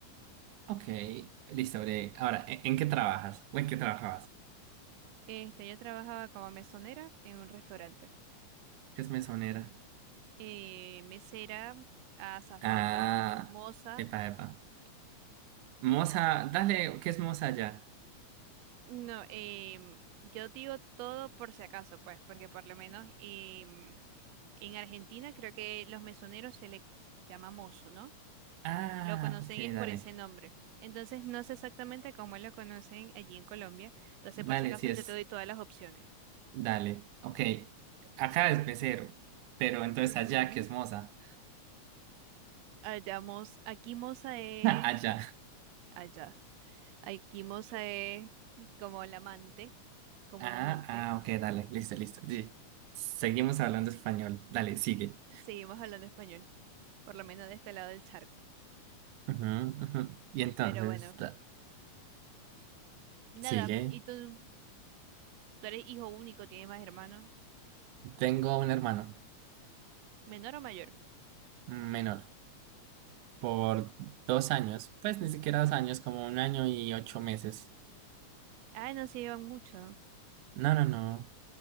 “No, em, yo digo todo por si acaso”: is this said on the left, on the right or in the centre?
Right